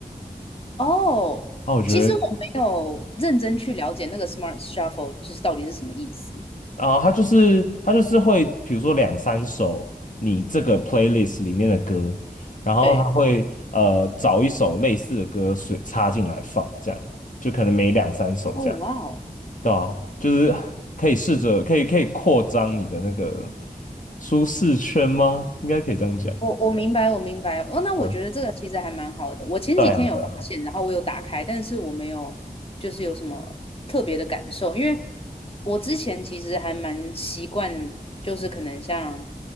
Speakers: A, on the left; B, on the left.
A: 哦，
B: 那我觉得
A: 其实我没有认真去了解那个 Smart Shuffle 就是到底是什么意思。
B: 然后他就是他就是会，比如说两三首你这个 playlist 里面的歌，然后他会呃找一首类似的歌随插进来放，
A: 对，
B: 这样就可能每两三首这样，
A: 哦，哇哦，
B: 对啊，就是可以试着可以可以扩张你的那个舒适圈吗？应该可以这样讲。
A: 我我明啊白，我明白。哦，那我觉得这个其实还蛮好的。
B: 嗯，
A: 我前几天有发现，
B: 对啊，对啊，
A: 然后我有打开，但是我没有就是有什么特别的感受，因为我之前其实还蛮习惯，就是可能像，